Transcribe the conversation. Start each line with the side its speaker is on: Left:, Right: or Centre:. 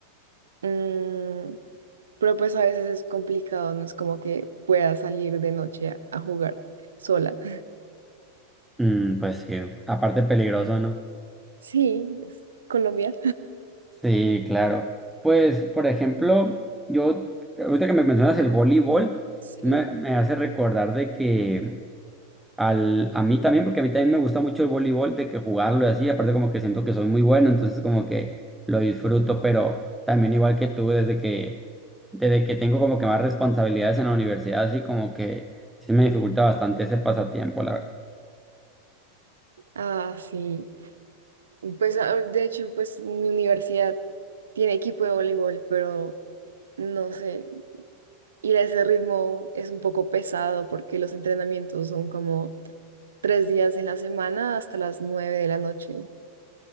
Right: Mm, Pero pues a veces es complicado, no es como que pueda salir de noche a, a jugar sola. <laughs>
Centre: Mm, pues sí, aparte peligroso, ¿no?
Right: Sí, es Colombia.
Centre: Sí, claro. Pues, por ejemplo, yo, ahorita que me mencionas el voleibol,
Right: Sí.
Centre: sí me, me hace recordar de que al, a mí también, porque a mí también me gusta mucho el voleibol, de que jugarlo y así, aparte como que siento que soy muy bueno, entonces como que lo disfruto, pero también igual que tú, desde que, desde que tengo como que más responsabilidades en la universidad, así como que sí me dificulta bastante ese pasatiempo, la
Right: Ah, sí. Pues ah, de hecho, pues mi universidad tiene equipo de voleibol, pero no sé, ir a ese ritmo es un poco pesado porque los entrenamientos son como tres días en la semana hasta las nueve de la noche. <laughs>